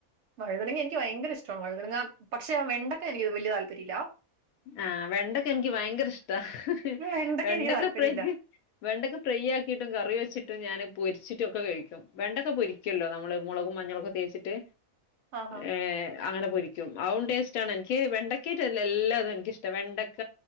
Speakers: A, on the right; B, on the left.
A: വഴുതനങ്ങ എനിക്കി ഭയങ്കര ഇഷ്ടവാ വഴുതനങ്ങ പക്ഷെ വെണ്ട ഇപ്പ എനിക്ക് വെല്യ താല്പര്യല്ല
B: ആഹ് വെണ്ടക്ക എനിക്ക് ഭയങ്കര ഇഷ്ടാ
A: ഉം,
B: വെണ്ടക്ക
A: എനിക്ക് താല്പര്യമില്ല
B: ഫ്രൈ വെണ്ടക്കെ ഫ്രൈ ആക്കിട്ടും കറി വെച്ചി ട്ടും ഞാന് പൊരിച്ചിട്ടൊക്കെ കഴിക്കും വെണ്ടൊക്കെ പൊരിക്കുല്ലോ നമ്മള് മോളകും മഞ്ഞളൊക്കെ തേച്ചിട്ട്
A: ആഹാ
B: ഏഹ് അങ്ങന പൊരിക്കും അവും ടേസ്റ്റാണ് എനിക്ക് വെണ്ടക്കട്ട് എല്ലാതു എനിക്കിഷ്ടാ വെണ്ടക്ക,